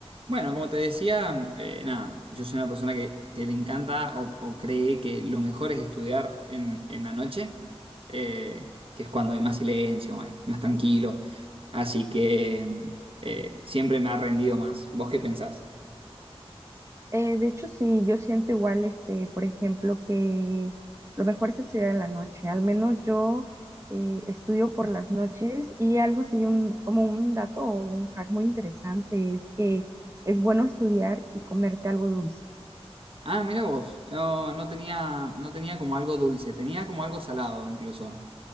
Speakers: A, on the right (about 60°); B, on the right (about 25°).
A: Bueno, como te decía, eh, nada, yo soy una persona que, que le encanta o, o cree que lo mejor es estudiar en, en la noche, eh, que es cuando hay más silencio, más, más tranquilo. Así que eh, siempre me ha rendido más. ¿Vos qué pensás?
B: Eh, de hecho, sí, yo siento igual, este, por ejemplo, que lo mejor es estudiar en la noche. Al menos yo eh, estudio por las noches y algo así, un, como un dato o un hack muy interesante es que es bueno estudiar y comerte algo dulce.
A: Ah, mira vos. No, no tenía, no tenía como algo dulce, tenía como algo salado incluso.